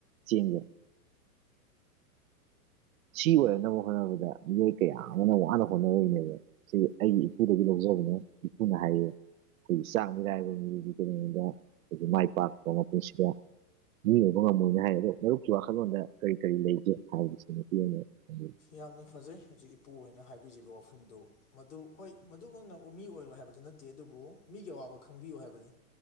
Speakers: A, on the right; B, on the left.
A: ꯆꯦꯡꯁꯦ ꯁꯤ ꯑꯣꯏꯔꯛꯅꯕ ꯍꯣꯠꯅꯕꯗ ꯃꯤꯑꯣꯏ ꯀꯌꯥ ꯑꯃꯅ ꯋꯥꯅ ꯍꯣꯠꯅꯔꯤꯅꯦꯕ ꯁꯤ ꯑꯩꯒꯤ ꯏꯄꯨꯗꯒꯤ ꯂꯧꯖꯕꯅꯦ ꯏꯄꯨꯅ ꯍꯥꯏꯌꯦ ꯑꯈꯣꯏꯒꯤ ꯆꯥꯛ ꯃꯤꯔꯥꯏꯕ ꯃꯤꯗꯤ ꯀꯩꯗꯧꯅꯨꯡꯗ ꯑꯈꯣꯏꯒꯤ ꯃꯥꯏ ꯄꯥꯛꯄ ꯃꯄꯨꯟꯁꯤꯗ ꯃꯤ ꯑꯣꯏꯕ ꯉꯝꯃꯣꯏꯅ ꯍꯥꯏ ꯑꯗꯣ ꯃꯔꯨꯞꯀꯤ ꯋꯥꯈꯜꯂꯣꯟꯗ ꯀꯔꯤ ꯀꯔꯤ ꯂꯩꯒꯦ ꯍꯥꯏꯕꯁꯦ ꯅꯨꯄꯤ ꯑꯣꯏꯅ ꯍꯥꯢꯗꯤ
B: ꯌꯥꯝꯅ ꯐꯖꯩ ꯍꯧꯖꯤꯛ ꯏꯄꯨꯍꯣꯢꯅ ꯍꯥꯏꯕꯤꯔꯤꯕ ꯋꯥꯐꯝꯗꯣ ꯃꯗꯨ ꯍꯣꯏ ꯃꯗꯨꯃꯛꯅ ꯃꯤ ꯑꯣꯏꯔꯣꯢ ꯍꯥꯏꯕꯗꯤ ꯅꯠꯇꯦ ꯑꯗꯨꯕꯨ ꯃꯤꯒꯤ ꯑꯋꯥꯕ ꯈꯪꯕꯤꯌꯨ ꯍꯥꯏꯕꯅꯤ